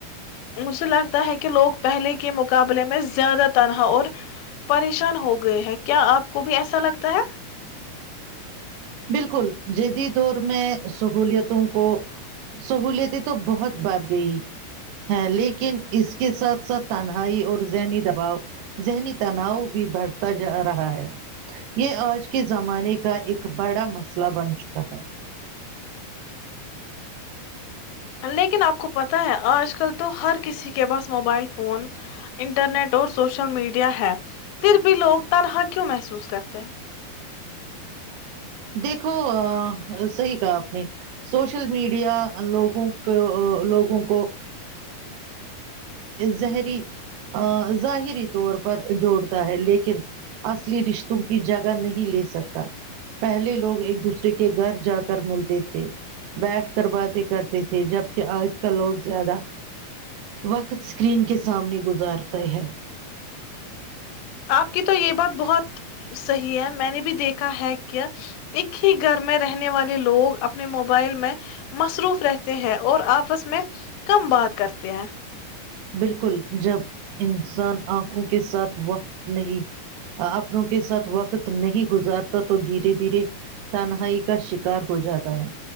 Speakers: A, on the left; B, on the right.
A: مجھے لگتا ہے کہ لوگ پہلے کے مقابلے میں زیادہ تنہا اور پریشان ہو گئے ہیں کیا آپ کو بھی ایسا لگتا ہے
B: بالکل جیدی دور میں سہولیتوں کو سہلیتیں تو بہت بڑ گئی ہے لیکن اس کے ساتھ ساتھ تنہائی اور ذہنی دباؤ ذہنی تناؤ بھی بڑھتا جا رہا ہے یہ آج کے زمانے کا ایک بڑا مسئلہ بن چکا ہے
A: لیکن آپ کو پتہ ہے آج کل تو ہر کسی کے پاس موبائل فون انٹرنیٹ اور سوشل میڈیا ہے پھر بھی وگ تنہا کیوں محسوس کرتے ہیں
B: دیکھو صحیح کہا آپ نے سوشل میڈیا لوگوں کو لوگوں کو زہری ظاہری طور پر جوڑتا ہے لیکن اصلی رشتوں کی جگہ نہیں لے سکتا پہلے لوگ ایک دوسرے کے گھر جا کر ملتے تھے بیٹھ کر باتیں کرتے تھے جب کہ آج کل لوگ زیادہ وقت اسکرین کے سامنے گزارتے ہے
A: آپ کی تو یہ بات بہت صحیح ہے میں نے بھی دیکھا ہے کہ ایک ہی گھر میں رہنے والے لوگ اپنے موبائل میں مصروف رہتے ہیں اور آپس میں کم بات کرتے ہیں
B: بالکل جب انسان آنکھوں کے ساتھ وقت نہیں اپنوں کے ساتھ وقت نہیں گزارتا تو دھیرے دھیرے تنہائی کا شکار ہو جاتا ہے